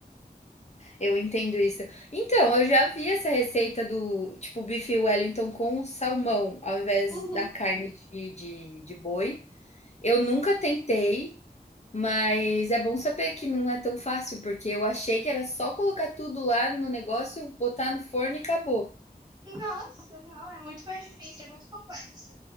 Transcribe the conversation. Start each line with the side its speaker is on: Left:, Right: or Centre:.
Left: eu entendo isso. Então, eu já vi essa receita do tipo bife Wellington com salmão, ao invés
Right: Uhum.
Left: da carne de de de boi. Eu nunca tentei, mas é bom saber que não é tão fácil, porque eu achei que era só colocar tudo lá no negócio, botar no forno e acabou.
Right: Nossa, não, é muito mais difícil, é muito complexo.